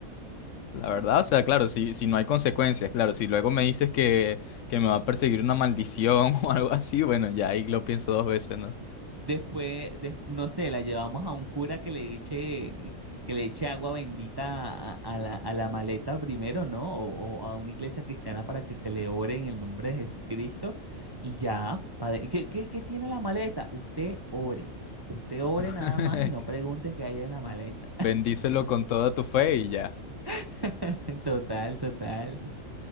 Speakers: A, on the left (about 70°); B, on the right (about 30°).
A: La verdad, o sea, claro, si, si no hay consecuencias, claro, si luego me dices que, que me va a perseguir una maldición <laughs> o algo así, bueno, ya ahí lo pienso dos veces, ¿no?
B: Después, des- no sé, la llevamos a un cura que le eche, que le eche agua bendita a, a la, a la maleta primero, ¿no? O, o a una iglesia cristiana para que se le ore en el nombre de Jesucristo. Y ya, padre, ¿qué, qué, qué tiene la maleta? Usted ore. Usted ore
A: <laughs>
B: nada más y no pregunte qué hay en la maleta.
A: Bendícelo con toda tu fe y ya.
B: <laughs> Total, total.